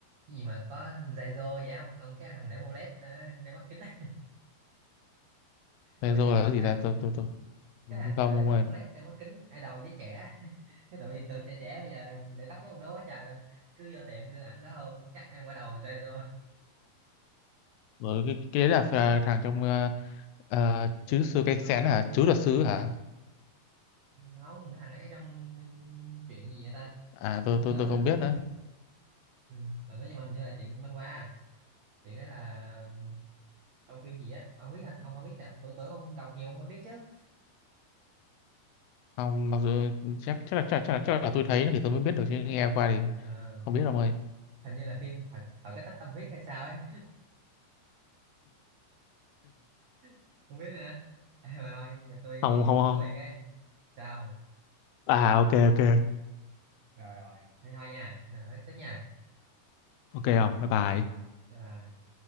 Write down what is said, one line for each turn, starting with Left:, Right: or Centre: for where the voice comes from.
Right: cái gì mà có Zaizo vậy không ông cái thằng để mô led ờ, đeo mắt kính <laughs>
Left: thế
Right: tôi biết
Left: rồi
Right: cái đó
Left: là
Right: không
Left: cái
Right: ta
Left: gì ta tôi tôi tôi
Right: cái thằng mà
Left: không
Right: để
Left: ông
Right: tóc
Left: ơi
Right: mô led đeo mắt kính idol với trẻ <laughs> cái tụi tụi trẻ trẻ bây giờ để tóc với ông đó quá trời luôn cứ vô tiệm đưa ảnh đó hơn chắc em quả đầu Zaizo
Left: rồi cái, cái đấy là, là thằng trong ờ, ờ,
Right: <laughs>
Left: chứ
Right: chung
Left: sư cây
Right: manh
Left: xén
Right: quá
Left: hả chứ luật sư hả
Right: nấu cái thằng ấy trong chuyện gì vậy ta tôi
Left: à tôi
Right: cũng không
Left: tôi
Right: nhớ
Left: tôi không
Right: nữa
Left: biết nữa
Right: ừ. mà nói chung là hình như là chuyện manh qua chuyện đó là trong phim gì á ông không biết hả ông không biết à tôi tưởng ông đọc nhiều ông mới biết chứ
Left: không mặc dù chắc chắc là chắc, chắc là chắc là tôi thấy nó thì tôi mới biết được chứ nghe qua thì
Right: à
Left: không biết ông ơi
Right: hình như là phim thật thật cái tách tâm huyết hay sao ấy <laughs> không biết nữa à, mà thôi giờ tôi
Left: không không không
Right: có việc ấy sao
Left: à ok ok
Right: rồi rồi thế thôi nha nào nói tiếp nha
Left: Ok không? Bye bye.
Right: bye bye